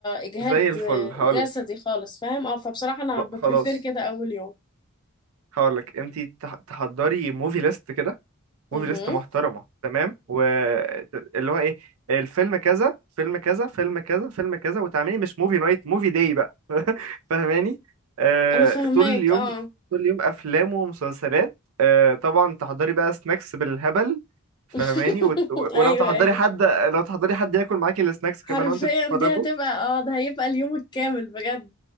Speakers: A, on the left; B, on the right.
A: اجهاد
B: زي الفل هقول
A: جسدي
B: لك
A: خالص فاهم اه فبصراحة انا ببريفير
B: خلاص
A: كده اول يوم
B: هقول لك انت تح- تحضري موفي ليست كده موفي
A: امم
B: ليست محترمه تمام واللي هو ايه الفيلم كذا فيلم كذا فيلم كذا فيلم كذا وتعملي مش موفي نايت موفي داي بقى <laughs> فاهماني آه
A: انا فاهماك
B: طول اليوم
A: اه
B: طول اليوم افلام ومسلسلات آه طبعا تحضري بقى سناكس بالهبل فاهماني
A: <laughs>
B: وت- و-
A: ايوه
B: ولو تحضري
A: ايوه
B: حد لو تحضري حد ياكل معاكي السناكس
A: حرفيا
B: كمان وانت بتتفرجوا
A: دي هتبقى اه ده هيبقى اليوم الكامل بجد